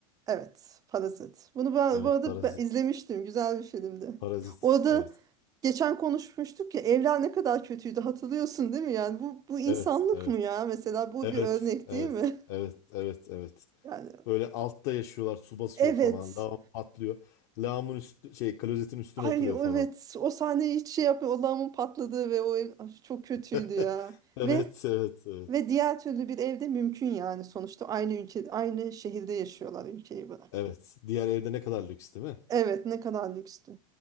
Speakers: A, on the right; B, on the left.
A: Evet, Parazit. Bunu ben
B: Evet
A: bu arada
B: parazit.
A: ben izlemiştim. Güzel bir filmdi.
B: Parazit.
A: Orada
B: Evet.
A: geçen konuşmuştuk ya evler ne kadar kötüydü hatırlıyorsun değil mi? Yani bu bu insanlık
B: Evet. Evet.
A: mı ya? Mesela bu
B: Evet.
A: bir örnek
B: Evet.
A: değil mi? <laughs>
B: Evet. Evet. Evet.
A: Yani
B: Böyle altta yaşıyorlar. Su basıyor
A: evet.
B: falan. lağım patlıyor. Lağımın üstü şey klozetin üstüne
A: Ay
B: oturuyor
A: evet
B: falan.
A: o sahneyi hiç şey yapıyor. O lağımın patladığı ve o ev Ay, çok kötüydü
B: <laughs>
A: ya.
B: Evet,
A: Ve
B: evet, evet.
A: ve diğer türlü bir evde mümkün yani sonuçta aynı ülke aynı şehirde yaşıyorlar ülkeyi bırak.
B: Evet. Diğer evde ne kadar lüks değil mi?
A: Evet ne kadar lükstü.